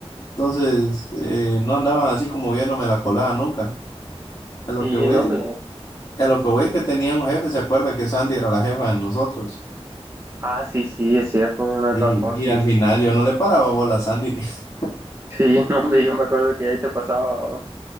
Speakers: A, on the left; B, on the right.
A: Entonces, eh, no andaban así como viéndome la colada nunca. A
B: Sí,
A: lo que voy,
B: no, hombre.
A: a lo que voy es que tenía un jefe, ¿se acuerda que Sandy era la jefa de nosotros?
B: Ah, sí, sí, es cierto, tienes
A: Y,
B: razón, sí.
A: y al final yo no le paraba bola a Sandy. <laughs>
B: Sí, <laughs> no, hombre, yo me acuerdo que ahí te pasaba